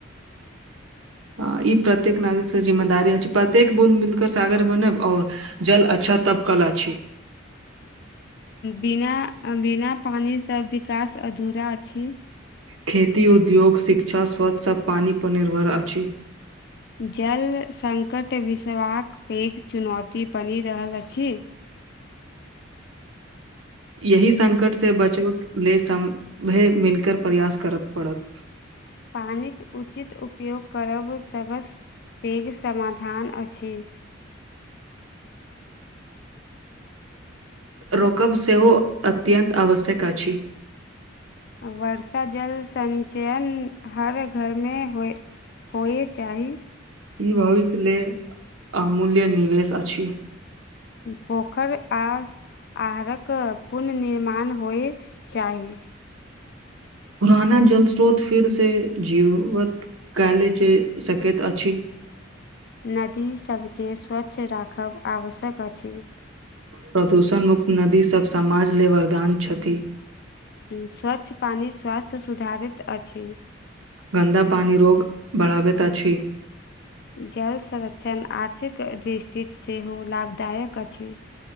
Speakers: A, on the right (about 80°); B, on the left (about 55°).
A: ह ई प्रत्येक नागरिकसँ जिम्मेदारी हो छै प्रत्येक बूद मिलिकरऽ सागर बनब आओर जल अच्छा तब कल अच्छी
B: बिना बिना पानी सब विकास अधूरा अछि
A: खेती उद्योग शिक्षा स्वच्छ आ पानी पर निर्भर अछि
B: जल सङ्कट विसबाक पैघ चुनौती बनि रहल अछि
A: यही संकट से बचत लेल सभय मिलकर प्रयास कर पड़त
B: पानिक उचित उपयोग करब सबसँ पैघ समाधान अछि
A: रोकब सेहो अत्यन्त आवश्यक अछि
B: वर्षा जल संचयन हर घरमे होइ होइय चाही
A: ई भविष्य लेले अमूल्य निवेश अछि
B: पोखरि आ आहारक पुननिर्माण होइ चाही
A: पुराना जल स्रोत फेरसँ जीवत कल जे सकैत अछि
B: नदीसभके स्वच्छ राखब आवश्यक अछि
A: प्रदूषण मुुक्त नदीसभ समाज लेल वरदान छथि
B: स्वच्छ पानि स्वास्थ्य सुधारित अछि
A: गन्दा पानी रोग बढ़ाबैत अछि
B: जल संरक्षण आर्थिक दृष्टिसँ सेहो लाभदायक अछि